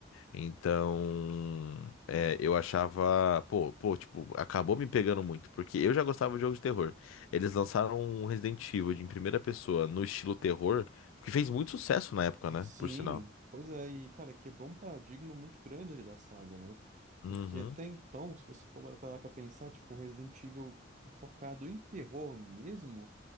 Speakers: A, on the left; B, on the right.
A: Então, é, eu achava, pô, pô, tipo, acabou me pegando muito, porque eu já gostava de jogos de terror. Eles lançaram um Resident Evil de em primeira pessoa no estilo terror, que fez muito sucesso na época, né?
B: Sim,
A: Por sinal.
B: pois é, e cara, quebrou um paradigma muito grande ali da saga, né?
A: Uhum.
B: Porque até então, se você for parar pra pra pensar, tipo, um Resident Evil focado em terror mesmo.